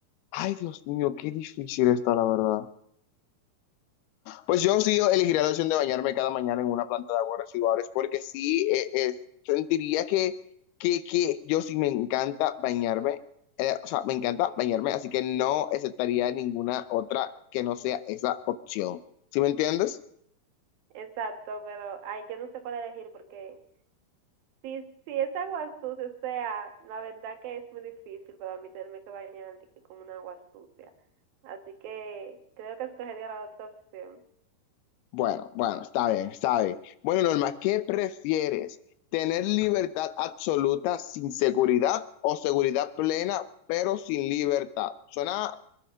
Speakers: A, on the left; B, on the right.
A: ay Dios mío, qué difícil está la verdad. Pues yo sí elegiría la opción de bañarme cada mañana en una planta de aguas residuales, porque sí eh, eh, sentiría que, que, que yo sí me encanta bañarme, eh, o sea, me encanta bañarme, así que no aceptaría ninguna otra que no sea esa opción. ¿Sí me entiendes?
B: Exacto, pero ay, yo no sé cuál elegir porque si, si es agua sucia, o sea, la verdad que es muy difícil para mí tenerme que bañar de que con una agua sucia. Así que creo que escogería la otra opción.
A: Bueno, bueno, está bien, está bien. Bueno, Norma, ¿qué prefieres? ¿Tener libertad absoluta sin seguridad o seguridad plena pero sin libertad? Suena